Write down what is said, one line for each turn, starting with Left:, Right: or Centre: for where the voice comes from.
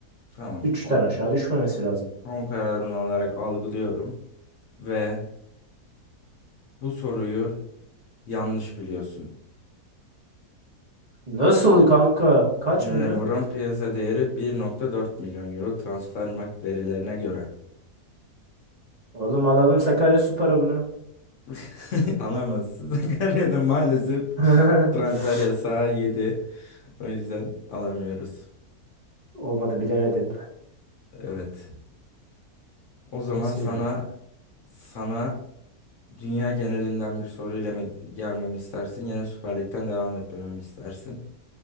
Left: Tamam.
Right: Üçten
Left: Son,
Right: aşağı düşmemesi lazım.
Left: son kararın olarak algılıyorum ve bu soruyu yanlış biliyorsun.
Right: Nasıl kanka? Kaç
Left: Emre
Right: milyon?
Left: Mor'un piyasa değeri 1.4 milyon euro Transfermarkt verilerine göre.
Right: Oğlum alalım Sakaryaspor'a bunu.
Left: <laughs> Alamazsın. Sakarya'da maalesef
Right: <laughs>
Left: transfer yasağı 7. O yüzden alamıyoruz.
Right: Olmadı bilemedim.
Left: Evet. O zaman
Right: Nasıl
Left: sana
Right: yani?
Left: sana dünya genelinden bir soruyla mı gelmemi istersin? Yine Süper Lig'den devam etmemi mi istersin?